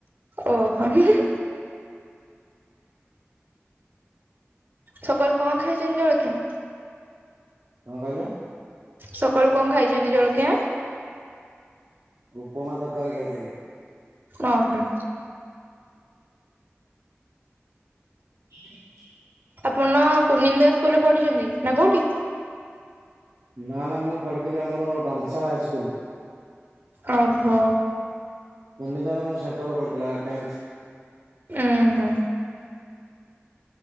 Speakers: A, on the right; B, on the right.
A: ଓ ହ-ହୁଁ-ହୁଁ-ହୁଁ ସକାଳୁ କଣ ଖାଇଚନ୍ତି ଜଳଖିଆ?
B: କଣ କହିଲେ?
A: ସକାଳୁ କଣ ଖାଇଚନ୍ତି ଜଳଖିଆ?
B: ଉପମା ତରକାରୀ ଖାଇଥିଲି।
A: ଅ ହଁ।
B: ହୁଁ, <inaudible>
A: ଆପଣ କୁନିନ୍ଦା ସ୍କୁଲୁରେ ପଢିଛନ୍ତି ନା କୋଉଠି?
B: ନା ନା ମୁଁ ପଢିଥିଲି ଆମର ଡମଶାଳା ହାଇସ୍କୁଲ।
A: ଅ ହ।
B: କୁନିଦା ରେ ମୋ ସେଣ୍ଟର ପଡ଼ିଥିଲା ଟେନ୍ଥ।
A: ଉଁ ହୁଁ।